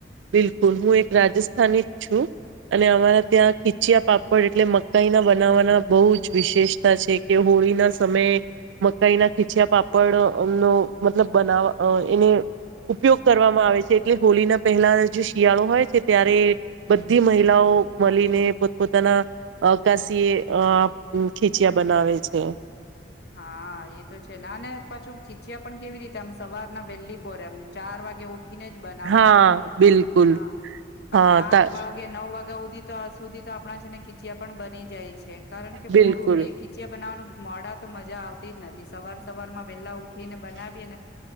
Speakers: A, on the right; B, on the left.
A: બિલકુલ હું એક રાજસ્થાની જ છું અને અમારા ત્યાં ખીચયા પાપડ એટલે મકાઈના બનાવવાના બહુ જ વિશેષતા છે કે હોળીના સમયે મકાઈના ખીચયા પાપડમનો મતલબ બનાવવા એને ઉપયોગ કરવામાં આવે છે એટલે હોળીના. પહેલા જે શિયાળો હોય છે ત્યારે બધી મહિલાઓ મળીને પોતપ પોતાના અ કશી એ ખીચયા બનાવે છે.
B: હા એ તો છે ને અને પાછું ખીચ્યા પણ કેવી રીતે આમ સવાર ના વહેલી. <unintelligible> એમ ચાર વાગે ઉઠીને જ બનાવવાનું.
A: હા બિલકુલ
B: હા
A: હા
B: આપણા આઠ
A: તા
B: વાગે નવ. <unintelligible> તો સુધી તો આપણા જે ખીચિયા પણ બની જાય છે કારણ કે
A: બિલકુલ
B: મોડું એ ખીચિયા બનાવાનું મોડા તો મજા આવતી જ નથી સવાર. સવારમાં વહેલા ઉ ને બનાવીને